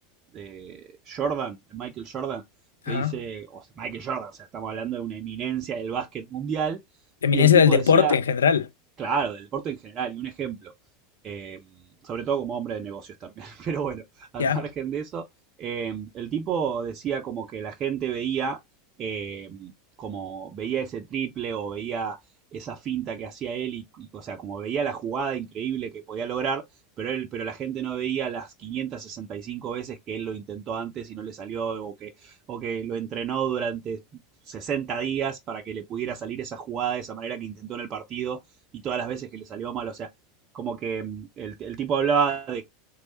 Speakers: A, on the right (about 35°); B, on the left (about 70°).
A: de Jordan, de Michael Jordan, que
B: Ajá.
A: dice, o sea, Michael Jordan, o sea, estamos hablando de una eminencia del básquet mundial,
B: Eminencia
A: y el tipo
B: del deporte
A: decía,
B: en general,
A: Claro, del deporte en general, y un ejemplo, eh, sobre todo como hombre de negocios también, <laughs> pero bueno, al
B: ¿ya?
A: margen de eso, eh, el tipo decía como que la gente veía, eh, como veía ese triple o veía esa finta que hacía él, y, y, o sea, como veía la jugada increíble que podía lograr, pero, él, pero la gente no veía las 565 veces que él lo intentó antes y no le salió, o que, o que lo entrenó durante 60 días para que le pudiera salir esa jugada de esa manera que intentó en el partido y todas las veces que le salió mal. O sea, como que mm, el, el tipo hablaba de,